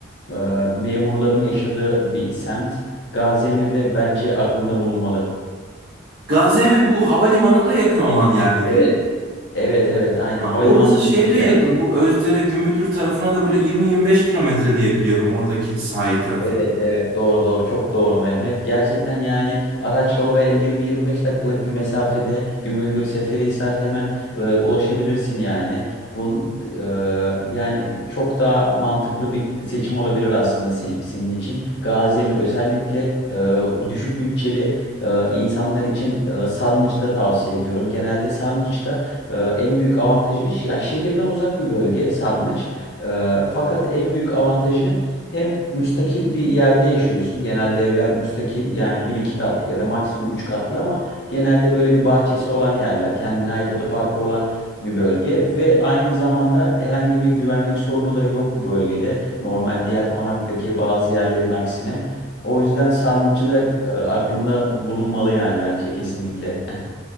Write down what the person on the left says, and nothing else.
e, memurların yaşadığı bir semt. Gaziemir de bence aklında bulunmalı.
Evet.
Evet evet aynen
havalimanının
olduğu
yer.
Evet evet doğru doğru çok doğru Mehmet. Gerçekten yani araçla oraya 20-25 dakikalık bir mesafede Gümüldür, Seferihisar hemen e, ulaşabilirsin yani. Bu e, yani çok daha mantıklı bir seçim olabilir aslında se- senin için. Gaziemir özellikle e, düşük bütçeli e, insanlar için e, Sarnıç'ı da tavsiye ediyorum. Genelde Sarnıç'ta e, en büyük avantajı ya şehirden uzak bir bölge Sarnıç. E, fakat en büyük avantajı hem müstakil bir yerde yaşıyorsun. Genelde evler müstakil yani bir iki katlı ya da maksimum üç katlı ama genelde böyle bir bahçesi olan yerler, kendine ait otoparkı olan bir bölge ve aynı zamanda herhangi bir güvenlik sorunu da yok bu bölgede. Normal diğer konaktaki bazı yerlerin aksine. O yüzden sarnıcı da e, aklında bulunmalı yani bence kesinlikle. <laughs>